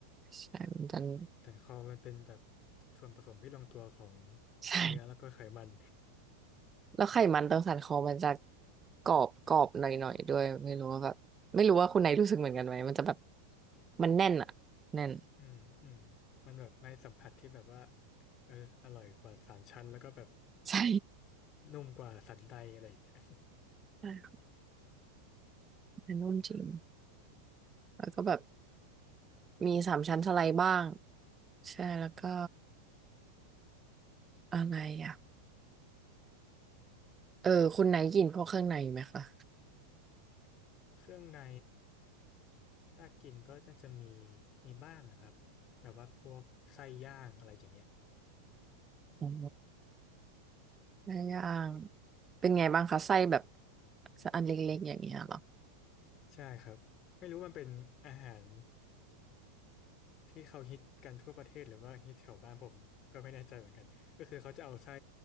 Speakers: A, on the right; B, on the left.
A: ใช่มันจะ <laughs>
B: สันคอมันเป็นแบบส่วนผสมที่ลงตัวของ
A: ใช่
B: เนื้อแล้วก็ไขมัน
A: แล้วไขมันตรงสันคอมันจะกรอบกรอบหน่อยหน่อยด้วยไม่รู้ว่าแบบไม่รู้ว่าคุณไหนรู้สึกเหมือนกันไหมมันจะแบบมันแน่นอะแน่น
B: <laughs> อืมอืมมันแบบไม่สัมผัสที่แบบว่าเอออร่อยกว่าสามชั้นแล้วก็แบบ
A: <laughs> ใช่
B: นุ่มกว่าสันใดอะไรอย่างเงี้ย
A: ใช่ค่ะมันนุ่มจริงแล้วก็แบบมีสามชั้นสไลด์บ้างใช่แล้วก็อะไรอ่ะเออคุณไหนกินพวกเครื่องในไหมคะ
B: <laughs> เครื่องในถ้ากินก็น่าจะมีมีบ้างอะครับแบบว่าพวกไส้ย่างอะไรอย่างเงี้ย
A: อ๋อได้ย่างเป็นไงบ้างคะไส้แบบอันเล็กๆอย่างเงี้ยเหรอ
B: ใช่ครับไม่รู้มันเป็นอาหาร ที่เขาฮิตกันทั่วประเทศหรือว่าฮิตแถวบ้านผมก็ไม่แน่ใจเหมือนกันก็คือเขาจะเอาไส้